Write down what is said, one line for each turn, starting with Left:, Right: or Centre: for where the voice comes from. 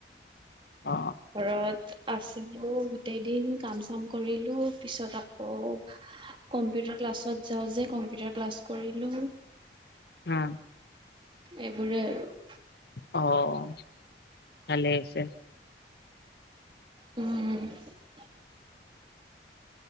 Left: অ
Right: ঘৰত আছে গোটেই দিন কাম চাম কৰিলো পিছত আকৌ কম্পিউটাৰ ক্লাছত ত যাওঁ যে কম্পিউটাৰ ক্লাছ কৰিলো
Left: অ'।
Right: এইবোৰেই আৰু
Left: অ' ভালেই হৈছে
Right: উম